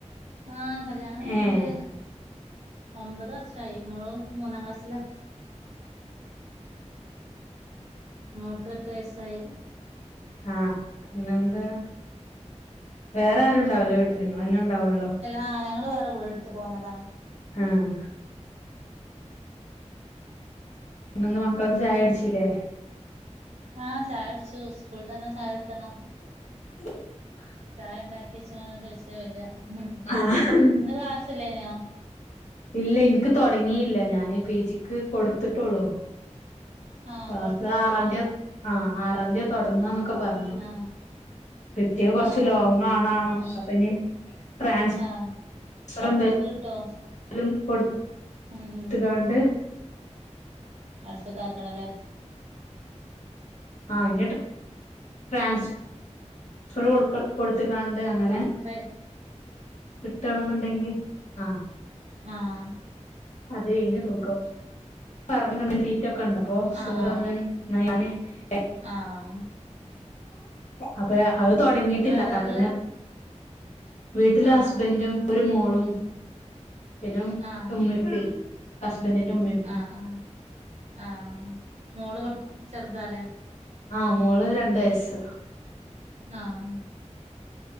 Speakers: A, on the right (about 65°); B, on the left (about 75°).
A: ആഹ് കല്യാണം കഴിഞ്ഞിട്ട്
B: ഏഹ്
A: ഒമ്പത് വർഷായി മോള് മൂന്നാം ക്ലാസ്സില മോക്ക് എട്ട് വയസ്സായി
B: ആഹ് പിന്നെ എന്താ വേറെ ആരു ഉണ്ടാവല്ല വീട്ടില് നിങ്ങളെന്നെ ഉണ്ടാവുള്ളോ
A: ആഹ് ഞങ്ങള് വേറെ വീട് എടുത്ത് പോന്നതാണ്
B: ആഹ് ഇന്നൊ ഒന്ന് മക്കളൊക്ക് ചായ ടിച്ചീല്ലേ
A: ആഹ് ചായട്ച്ചു സ്കൂൾ വിട്ടുവന്നാ ചായട്ടണം
B: ഉ <unintelligible>
A: ചായ ഉണ്ടാക്കിച്ചു ചോദിച്ചാ വരാ ഉം
B: ആഹ്
A: ഇന്ന് കാസില്ലേനോ
B: ഇല്ല ഇൻക്ക് തുടങ്ങിയില്ല ഞാന് പി ജിക്ക് കൊടുത്ത്ട്ടുള്ളു
A: ആ
B: ക്ലാസ്സ്
A: കൊടുത്തിട്ടുള്ളൂല്ലേ
B: ആറാംതീ ആഹ്
A: ഉം
B: ആറാംതീ തുടങ്ങ ഒക്കെ പറഞ്ഞു
A: ആ
B: കിട്ടിയ കൊറച്ച്
A: ആ
B: ലോങ്
A: ആ
B: ആണാണും അപ്പൊ ഇനി ട്രാൻസ്ഫർ
A: ആ അടുത്ത്ക്ക്
B: എന്തേലും
A: കിട്ടോ
B: കൊടുത്തുങ്ങാണ്ട്
A: ഉം ഉം അടുത്ത്ക്ക് ആക്കണല്ലേ
B: ആഹ് ഇനി ട്രൻസ്ഫർ കൊടുത്തക്കാണ്ട് അങ്ങനെ
A: <unintelligible>
B: കിട്ടണ്ന്നുണ്ടെങ്കി ആഹ്
A: ആഹ്
B: അതെ ഇനി <unintelligible> പറഞ്ഞ സീറ്റ് ഒക്കെ ഉണ്ടപ്പോ സർ
A: ആ ആ
B: അന്ന് ന്നാ ഞാന് <unintelligible>
A: ആഹ്
B: അപ്പ അത് തുടങ്ങിട്ടില്ല
A: വീട്ടില് വേറാരള്ളേ
B: അപ്പനി വീട്ടില്
A: ആഹ്
B: ഹസ്ബൻഡും ഒരു മോളും പിന്നെ
A: ആഹ്
B: ഉമ്മി ഇപ്പി ഹസ്ബന്റിന്റെ ഉമ്മി
A: ആഹ് ആഹ് ആഹ് മോള് ചെറുതാല്ലേ
B: ആഹ് മോള് രണ്ട് വയസ്
A: ആഹ്